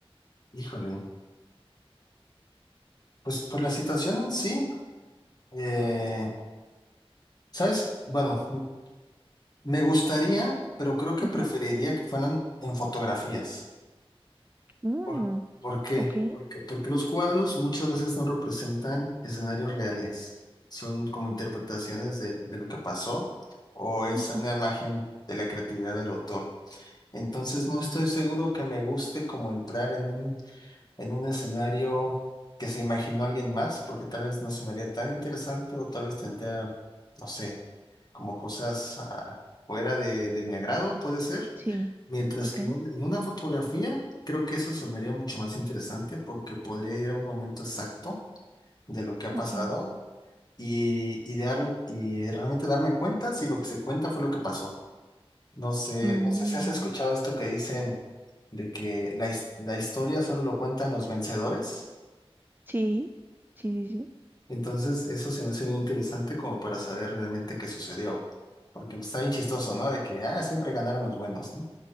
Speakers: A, on the left; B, on the right.
A: Híjole. Pues por la situación en sí, eh, ¿sabes? Bueno, m- me gustaría, pero creo que
B: ujú.
A: preferiría que fueran en fotografías.
B: Mm,
A: ¿Por, por qué?
B: ok,
A: Porque, porque los cuadros muchas veces no representan escenarios reales. Son como interpretaciones de, de lo que pasó o es
B: ujú,
A: una imagen de la creatividad del autor. Entonces no estoy seguro que me guste como entrar en un en un escenario que se imaginó alguien más, porque tal vez no sonaría tan interesante o tal vez tendría, no sé, como cosas ah, fuera de, de mi agrado, puede ser.
B: sí,
A: Mientras
B: ok,
A: que un- en una fotografía, creo que eso se me haría mucho más interesante porque podría ir a un momento exacto de lo que ha
B: ok.
A: pasado y, y, dar, y realmente darme cuenta si lo que se cuenta fue lo que pasó. No sé,
B: Mm,
A: no sé si has escuchado esto que dicen de que la, his- la historia solo lo cuentan los vencedores.
B: sí, sí, sí, sí,
A: Entonces, eso se me hace bien interesante como para saber realmente qué sucedió. Porque está bien chistoso, ¿no? De que, ah, siempre ganaron los buenos, ¿no?